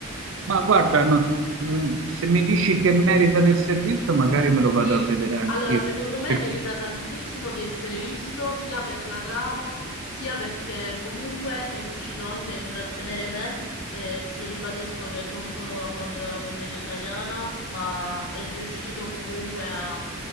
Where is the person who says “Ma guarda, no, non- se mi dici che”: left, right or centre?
Right